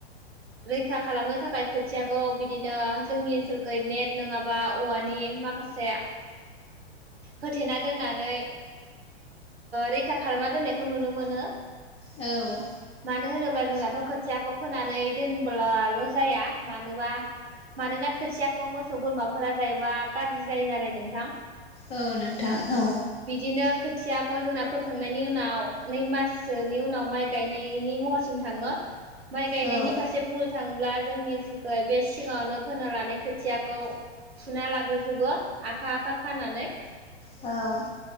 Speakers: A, on the right; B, on the left.
A: रैखा खालामनो थाखाय खोथियाखौ बिदिनो जोंनि ओनसोलखै नेट नङाबा औवानि माखासे होथेना दोननानै रैखा खालामना दोननायखौ नुनो मोनो।
B: औ
A: मानो होनोब्ला जोंनाथ' खोथियाखौ फोनानै दोनब्ला ल 'जाया मानोबा मानोना खोथियाखौ मोसौ बोरमाफोरा जायोबा गाज्रि जायो नालाय नोंथां
B: औ नोंथां औ‌।
A: बिदिनो खोथियाखौ जोंना फोखांनायनि उनाव नै माससोनि उनाव माइ गायनायनि महरसिम थाङो माइ गायनायनि
B: औ
A: फारसे बुंनो थाङोब्ला जोंनि ओनसोलखौ बे सिगाङावनो फोना लानाय खोथियाखौ फुना लाग्रोजोबो आखा आखा खानानै
B: औ